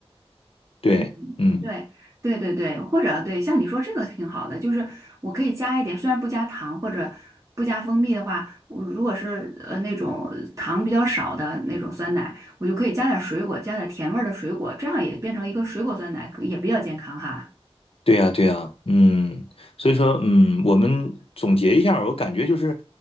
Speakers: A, on the left; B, on the right.
A: 对，
B: 嗯。
A: 嗯。
B: 对对对对，或者对，像你说这个挺好的，就是我可以加一点，虽然不加糖或者不加蜂蜜的话，我如果是呃那种糖比较少的那种酸奶，我就可以加点水果，加点甜味儿的水果，这样也变成一个水果酸奶，可也比较健康哈。
A: 对呀，对呀，嗯，所以说，嗯，我们总结一下儿我感觉就是，